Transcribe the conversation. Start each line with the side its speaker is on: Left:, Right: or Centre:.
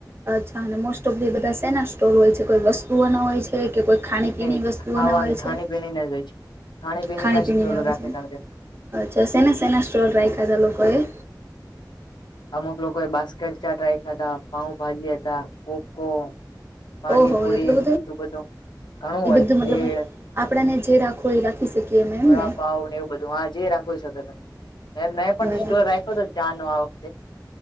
Right: અચ્છા, અને મોસ્ટ ઓફ ધી બધા સેના સ્ટોર હોય છે, કોઈ વસ્તુઓ ના હોય છે. કે કોઈ ખાણીપીણી
Left: નહી
Right: વસ્તુઓના
Left: ખાવાને,
Right: હોય છે
Left: ખાણી-પીણી ને જ હોય છે. ખાણી-પીણી
Right: ખાણીપીણીના
Left: ના ટોલ
Right: હોય
Left: રાખે,
Right: છે
Left: કારણ કે
Right: અચ્છા, સેના સેના સ્ટોર રાખ્યા હતા, લોકોએ
Left: અમુક લોકોએ બાસ્કેટ ચાટ રાખ્યા હતા, પાઉ-ભાજી હતા, પોકો પાણીપુરી
Right: ઓહો એટલું
Left: એ બધું ઘણું
Right: એ
Left: હોય,
Right: બધું
Left: ભેડ.
Right: મતલબ આપણાને જે રાખો એ, રાખી શકીએ. અમે એમને
Left: વળાપાઉ ને, એવું બધું હ જે રાખું શકો, તમે મે પણ
Right: બરાબર
Left: સ્ટોર રાખ્યો, તો ચા નો આવો.